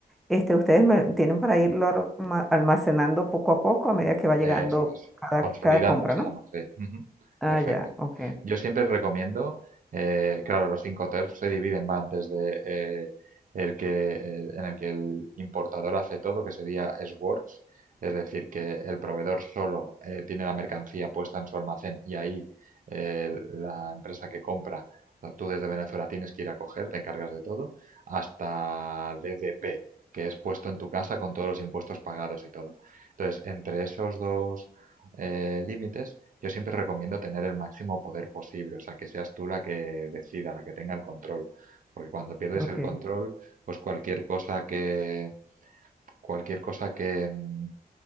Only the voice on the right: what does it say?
Eso
es.
Consolidando
se
llama, sí. Ujú.
Perfecto.
Yo siempre recomiendo, eh, claro, los cinco TERFs se dividen, van desde eh, el que, eh, en el que el importador hace todo, que sería SWORX, es decir, que el proveedor solo eh, tiene la mercancía puesta en su almacén y ahí eh, la empresa que compra, o sea, tú desde Venezuela tienes que ir a coger, te encargas de todo, hasta DDP, que es puesto en tu casa con todos los impuestos pagados y todo. Entonces, entre esos dos eh, límites, yo siempre recomiendo tener el máximo poder posible, o sea, que seas tú la que decida, la que tenga el control, porque cuando pierdes
el control, pues cualquier cosa que cualquier cosa que mm,